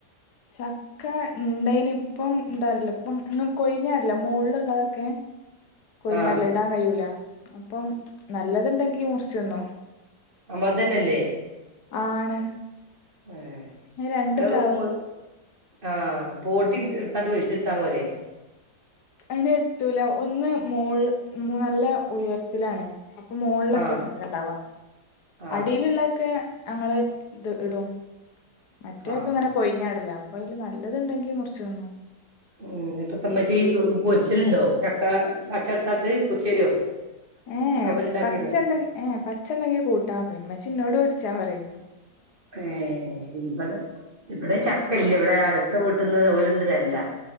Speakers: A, on the left (about 75°); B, on the right (about 35°).
A: ചക്ക ഉണ്ടേനു ഇപ്പം എന്താറില്ല ഇപ്പം ഇുന്നും കൊഴിഞ്ഞാടില്ല മോളില്ള്ളതൊക്കെ കൊയ്ഞ്ഞാടല്
B: ആഹ്
A: ഇടാൻ കയ്യുല അപ്പം നല്ലത്ണ്ടെങ്കി മുറ്ച്ചന്നോ
B: നമ്മൾതന്നെല്ലേ
A: ആ ആണാണ്
B: ഹേ
A: രണ്ട്
B: അത്
A: പ്ലാവ്
B: മ്മ് ആ തോട്ടണ്ട്ത്ട്ട് വലിച്ച് <unintelligible>
A: ഐന് എത്തൂല ഒന്ന് മോൾ നല്ല ഉയർത്തിലാണ് അപ്പം മോളിലൊക്കെ
B: ആഹ്
A: ചക്ക ണ്ടാവാ
B: ആഹ്
A: അടിയില് ള്ളോ ക്കെ ഞങ്ങള് ഇത് ഇടും മറ്റോക്കെ
B: ആഹ്
A: ങ്ങനെ കൊയ്ഞ്ഞാടലാ അപ്പ അയ്ല് നല്ലത്ണ്ടെങ്കി മുറ്ച്ച് നിന്നു
B: <unintelligible>
A: ഏ
B: ചക്കപ്പൊരി
A: ഏ
B: ഇണ്ടാക്കിരോ
A: പച്ചന്ത ഏ പച്ചന്തേങ്കി കൂട്ടാൻ വെക്കണം മ്മച്ചി ഇന്നോട് പോര്ച്ചാ പറിം
B: ഏ ഇബെടെ ഇബെടെ ചക്കല്ലോ ഇബെടെ അട്ത്ത വീട്ട്ന്ന് ഓല്ണ്ട് തറ്ലാ